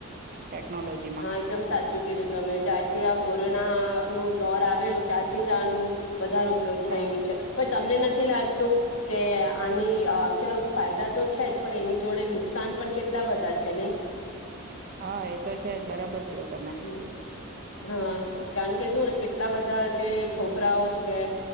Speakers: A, on the right; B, on the left.
A: ટેકનોલોજીમાં
B: હા એકદમ સાચું કીધું તમે. જ્યારથી આ કોરોનાનું દોર આવેલું ત્યારથી જ આનું વધારે ઉપયોગ થઈ
A: હા.
B: ગયું છે પણ તમને નથી નથી લાગતું કે આની ચાલ ફાયદા તો છે જ પણ એની જોડે નુકસાન પણ કેટલા બધા છે નહી
A: હા એ તો છે. બરાબર. કયો તમે
B: હમ હા
A: તો
B: કારણ કે જોને કેટલા બધા જે છોકરાઓ છે